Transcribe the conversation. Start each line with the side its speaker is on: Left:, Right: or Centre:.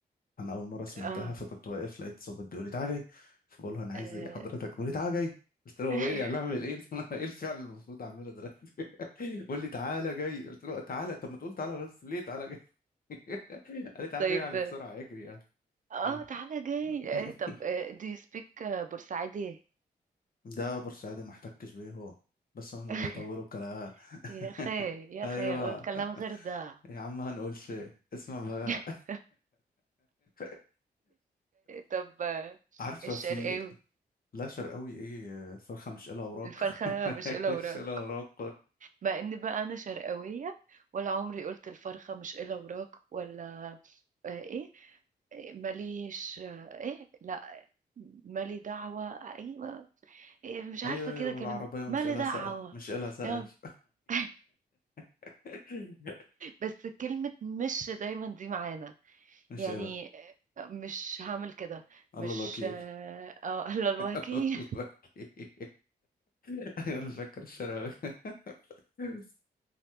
Left: انا اول مره سمعتها
Right: اه
Left: فكنت واقف لقيت ظابط بيقول لي تعالى جاي فبقول له انا عايز
Right: آه،
Left: ايه حضرتك بيقول لي تعالى جاي قلت له هو
Right: <laughs>
Left: ايه يعني اعمل ايه <laughs> ايه الفعل المفروض اعمله دلوقتي بيقول لي تعالى جاي قلت له تعالى طب ما تقول تعالى بس ليه تعالى جاي <laughs> قال لي تعالى
Right: طيب
Left: جاي يعني بسرعه اجري يعني
Right: اه
Left: مم.
Right: تعالى جاي
Left: <laughs>
Right: آه، طب آه، do you speak آه، بورسعيدي
Left: ده بورسعيدي ما احتكش بيه هو بس هم
Right: <laughs>
Left: بيطولوا الكلام
Right: يا اخي
Left: <laughs>
Right: يا
Left: ايوه
Right: اخي قول كلام غير ده
Left: يا عم هنقولش اسمع بقى
Right: <laughs>
Left: <laughs>
Right: طب آه،
Left: عارفه
Right: الشرقاوي
Left: في لا شرقاوي ايه الفرخه مش قلها وراك
Right: الفرخة
Left: <laughs>
Right: مش إلا
Left: مش
Right: وراك
Left: قلها وراك
Right: مع ان بقى انا شرقاوية ولا عمري قلت الفرخة مش إلا وراك ولا آه، ايه إيه، ماليش آه، ايه لا مالي دعوة ايوه إيه، مش عارفة
Left: ايوه
Right: كده
Left: ايوه والعربية
Right: كلمات مالي
Left: مش قالها
Right: دعوة
Left: سقف مش قالها سقف
Right: لا <laughs>
Left: <laughs>
Right: بس كلمة مش دايما دي معانا
Left: مش
Right: يعني
Left: قالها
Right: مش هعمل كده
Left: الله
Right: مش
Left: الوكيل
Right: اه آه، <laughs> لا الواكي
Left: <laughs> الله الوكيل <laughs> أيوة انا فاكر الشراوي <laughs>